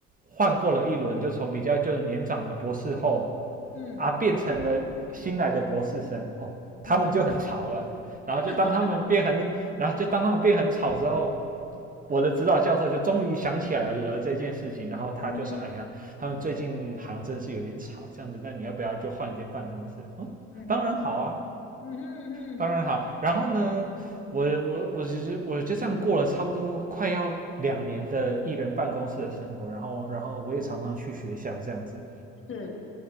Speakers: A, on the right (about 25°); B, on the left (about 35°).
A: 换过了一轮，就从比较就是年长的博士后
B: 嗯
A: 啊，变成了新来的博士生哦，他们就很吵了。
B: 嗯哼
A: 然后就当他们变很，
B: <laughs>
A: 然后就当他们变很吵之后，我的指导教授就终于想起来了这件事情，然后他就说：
B: 嗯
A: “哎呀，他们最近好像真是有点吵，这样子，那你要不要就换一间办公室？”嗯，
B: 嗯哼嗯哼
A: 当然好啊，
B: 嗯哼嗯哼
A: 当然好。然后呢，我我我其实我就这样过了差不多快要两年的艺人办公室的生活，然后然后我也常常去学校这样子，
B: 是